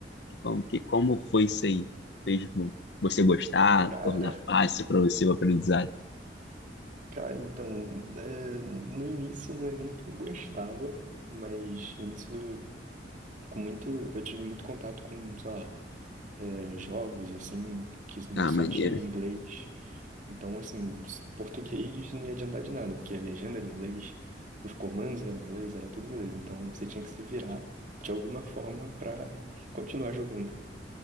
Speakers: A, on the left; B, on the right.
A: Que Como, que, como foi isso aí? Fez vo- você gostar,
B: Cara,
A: tornar fácil para você o aprendizado?
B: cara, então, é, no início não é nem que eu gostava, mas no início, com muito, eu tive muito contato com, sei lá, é, jogos, assim, que
A: Ah,
B: só
A: maneiro.
B: tinha inglês. Então, assim, s- português não ia adiantar de nada, porque a legenda era em inglês, os comandos eram em inglês, era tudo em inglês. Então, você tinha que se virar de alguma forma pra continuar jogando.